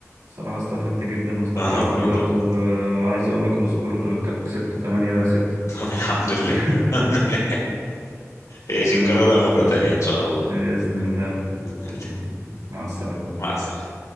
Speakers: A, on the right; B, on the left.
A: صراحة استفدت جدا واستمتعت
B: انا برضه
A: بالوقت وعايز اقول لك السكور انت كسبت 8 6
B: <laughs> طب الحمد لله
A: <laughs>
B: <laughs> الحمد لله عايشين
A: تمام
B: كررها
A: يا
B: مرة
A: باشا
B: تانية ان شاء الله
A: بإذن الله
B: بإذن الله
A: بإذن الله مع السلامة
B: مع السلامة